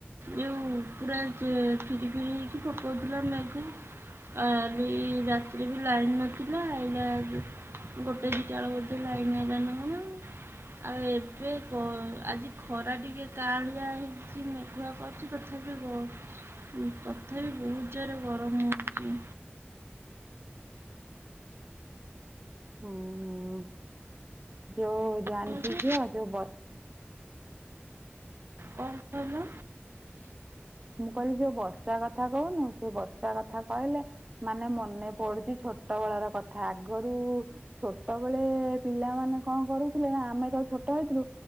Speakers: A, on the right; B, on the right.
A: ଯୋଉ ପୁରା ଫିରି ଫିରି ହେଇକି ପକଉଥିଲା ମେଘ କାଲି ରାତିରେ ବି ଲାଇନ୍ ନଥିଲା ଏଇନା ଗୋଟେ ଦିଟା ବେଳକୁ ବୋଧେ ଲାଇନ୍ ଆଇଲା ନା କଣ ଆଉ ଏବେ ଗ ଆଜି ଖରା ଟିକେ କାଁଳିଆ ହେଇଛି ମେଘୁଆ <unintelligible> ତଥାପି ତଥାପି ବହୁତ୍ ଜୋରେ ଗରମ ହଉଛି।
B: ହୁଁ ହୁଁ। ଯୋଉ ଜାଣିଚୁ
A: ହେଉଛି
B: ଝିଅ ଯୋଉ ବ
A: କ'ଣ କହିଲ
B: ମୁଁ କହିଲି ଯୋଉ ବର୍ଷା କଥା କହୁନୁ ସେ ବର୍ଷା କଥା କହିଲେ ମାନେ ମନେ ପଡୁଛି ଛୋ ଛୋଟବେଳ ର କଥା ଆଗରୁ ଛୋଟବେଳେ ପିଲାମାନେ କଣ କରୁଥିଲେ ନା ଆମେ ତ ଛୋଟ ହେଇଥିଲୁ।